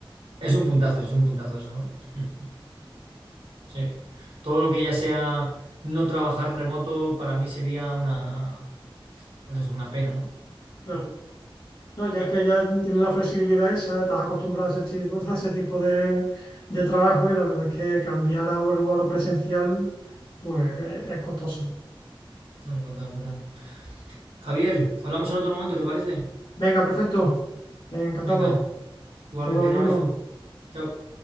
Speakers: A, on the right; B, on the left.
A: es un puntazo, es un puntazo eso, ¿no? <laughs> Mm, Sí. Todo lo que ya sea no trabajar remoto para mí sería una pues eso, una pena, ¿no?
B: Claro.
A: Mm.
B: No, ya es que ya tienes la flexibilidad esa, estás acostumbrado a ese tipo, a ese tipo de, de trabajo y la verdad es que cambiar a algo ahora presencial, pues es, es costoso.
A: No, no, total, total. Javier, hablamos en otro momento, ¿te parece?
B: Venga, perfecto. Venga, encantado.
A: Venga, igualmente
B: Hasta luego, Guillermo.
A: un abrazo. Chao.